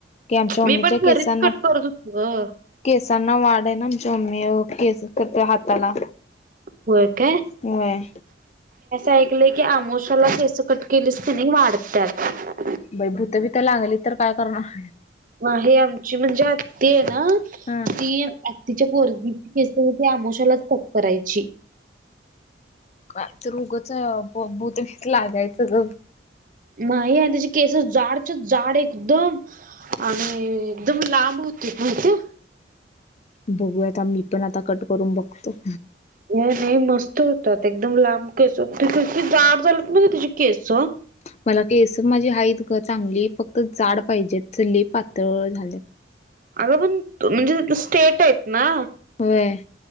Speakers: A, on the left; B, on the right.
A: की आमच्या
B: मी
A: मम्मीच्या
B: पण
A: केसांना
B: घरीच कट करत होतो ग.
A: केसांना वाट आमच्या मम्मी केस करते हाताला
B: होळ का
A: होय
B: ऐकलं की आमोशाला केस कट केलीस त्यांनी वाढतात
A: बई भूतभीत लागली तर काय करणार
B: आहे आमची म्हणजे आत्ती आहे ह
A: हा
B: ती आत् तच्या पोरगी केस आमोशालाच कप करायची
A: काय तर रोगच भूत लागायचं
B: नाही आहे त्याच्या केसस जाडच जाड एकदम आणि एकदम लांब क पचे
A: ह बघूयाता मी पण आता कट करून बघतो
B: नाही नाही मस्त होतात एकदम लांब केस त कस जाड झालत ना त्याची केस
A: मला केस माझे आहेत ग चांगली फक्त जाड पाहिजेत चली पातळ झाले
B: अग पण म्हणजे स्टेट आहेत ना
A: होय